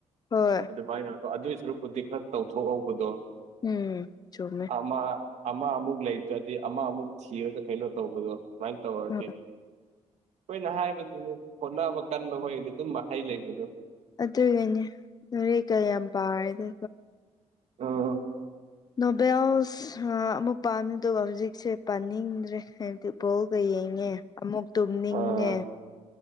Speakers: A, on the left; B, on the right.
A: ꯍꯣꯏ
B: ꯑꯗꯨꯃꯥꯏꯅ ꯑꯗꯨꯏ ꯁꯔꯨꯛꯄꯨꯗꯤ ꯈꯔ ꯇꯧꯊꯣꯛꯍꯧꯕꯗꯣ
A: ꯎꯝ ꯆꯨꯝ
B: ꯑꯃ ꯑꯃ ꯑꯃꯨꯛ ꯂꯩꯇ꯭ꯔꯗꯤ ꯑꯃ ꯑꯃꯨꯛ ꯊꯤꯔꯒ ꯀꯩꯅꯣ ꯇꯧꯕꯗꯣ ꯁꯨꯃꯥꯏꯅ ꯇꯧꯔꯗꯤ
A: ꯍꯣꯏ
B: ꯑꯩꯈꯣꯏꯅ ꯍꯥꯏꯕꯗꯨꯅ ꯍꯣꯠꯅꯕ ꯀꯟꯕ ꯍꯣꯏꯗꯤ ꯑꯗꯨꯝ ꯃꯍꯩ ꯂꯩꯕꯗꯣ
A: ꯑꯗꯨꯒꯤꯅꯦ ꯅꯦ ꯀꯌꯥꯝ ꯄꯥꯔꯗꯤ
B: ꯑ
A: ꯅꯣꯕꯦꯜꯁ ꯑꯃꯨꯛ ꯄꯥꯝꯃꯤ ꯑꯗꯨꯒ ꯍꯧꯖꯤꯛꯁꯦ ꯄꯥꯅꯤꯡꯗ꯭ꯔꯦ ꯍꯥꯏꯕꯗꯤ ꯕꯣꯜꯒ ꯌꯦꯡꯉꯦ ꯑꯃꯨꯛ ꯇꯨꯝꯅꯤꯡꯉꯦ
B: ꯑꯥ